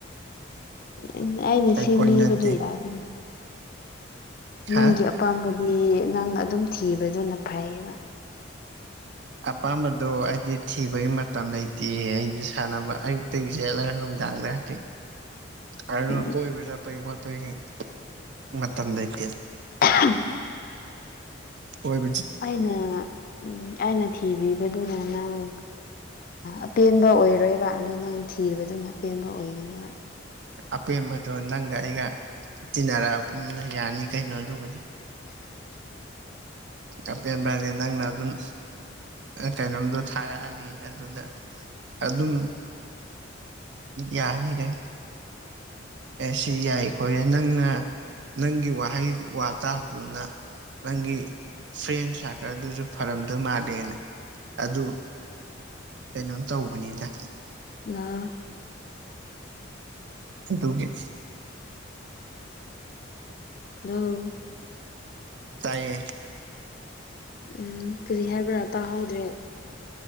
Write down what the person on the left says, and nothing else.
ꯎꯝ ꯑꯩꯅ
ꯁꯤꯟꯕꯤꯕꯗꯨ
ꯌꯥꯒꯅꯤ
ꯅꯪꯒꯤ ꯑꯄꯥꯝꯕꯗꯤ ꯅꯪꯅ ꯑꯗꯨꯝ ꯊꯤꯕꯗꯨꯅ ꯐꯩꯌꯦꯕ
ꯎꯝ
<unintelligible>
ꯑꯩꯅ ꯎꯝ ꯑꯩꯅ ꯊꯤꯕꯤꯕꯗꯨꯅ ꯅꯪ ꯑꯄꯦꯟꯕ ꯑꯣꯏꯔꯣꯏꯕ ꯑꯗꯨ ꯅꯪ ꯊꯤꯕꯗꯨꯅ ꯑꯄꯦꯟꯕ ꯑꯣꯏꯒꯅꯦꯕ
ꯎꯝ
<unintelligible>
ꯎꯝ ꯀꯔꯤ ꯍꯥꯏꯕ꯭ꯔꯥ ꯇꯥꯍꯧꯗ꯭ꯔꯦ